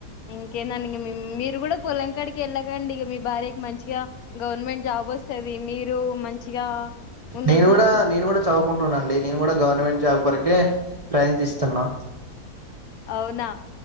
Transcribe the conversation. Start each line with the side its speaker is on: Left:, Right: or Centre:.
Left: ఇన్ ఎందండి మేమ్ మీరు కూడా పొలంకాడికి వెళ్ళగండి మీ భార్యకి మంచిగా గవర్నమెంట్ జాబ్ వస్తది మీరు మంచిగా ఉన్నది
Right: నేను
Left: చూసుకు
Right: కూడా నేను కూడా చ కుంటునండి నేను కూడా గవర్నమెంట్ జాబ్ కొరకే ప్రయత్నిస్తున్నా
Left: అవునా